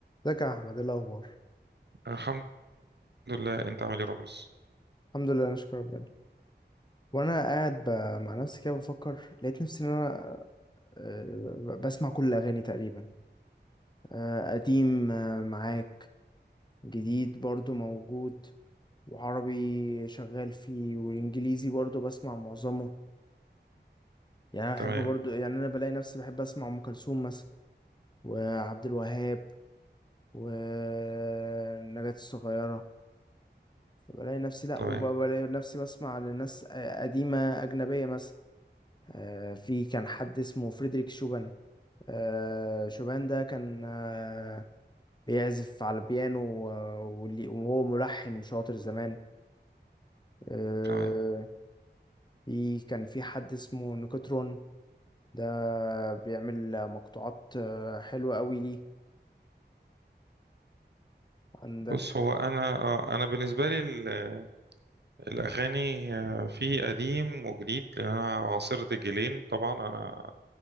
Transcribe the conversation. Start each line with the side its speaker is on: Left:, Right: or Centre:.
Left: ازيك يا احمد ايه الاخبار
Right: الحمد لله انت عامل ايه رامز
Left: الحمد لله انا شكرا ربنا وانا قاعد ب... مع نفسي كده بفكر لقيت نفسي ان انا آه، بسمع كل الاغاني تقريبا آه، قديم آه، معاك جديد برضو موجود وعربي شغال فيه والانجليزي برضو بسمع معظمه يعني انا بحب
Right: تمام
Left: برضو يعني انا بلاقي نفسي بحب اسمع ام كلثوم مثلا وعبد الوهاب ونجاة الصغيرة بلاقي نفسي لا
Right: تمام
Left: وبلاقي نفسي بسمع لناس آه، قديمة أجنبية مثلا آه، في كان حد اسمه فريدريك شوبان آه، شوبان ده كان آه، بيعزف على البيانو آه، واللي- وهو ملحن شاطر زمان آه،
Right: تمام
Left: في كان في حد اسمه نيكوترون ده بيعمل مقطوعات آه، حلوة قوي ليه عندك
Right: بص هو انا اه انا بالنسبه لي ال- الاغاني آه، في قديم وجديد لان انا عاصرت جيلين طبعا انا